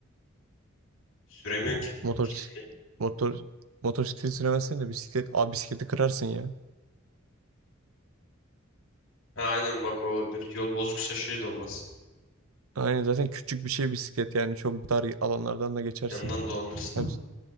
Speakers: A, on the left; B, on the right.
A: Süremiyorsun ki.
B: Motor
A: Kilitli.
B: motor motosiklet süremezsen de bisiklet. Abi bisikleti kırarsın ya.
A: Ha, aynen bak o olabilir. Yol bozuksa şey de olmaz.
B: Aynen zaten küçük bir şey bisiklet yani çok dar alanlardan da geçersin.
A: Yanından dolanırsın.
B: Hem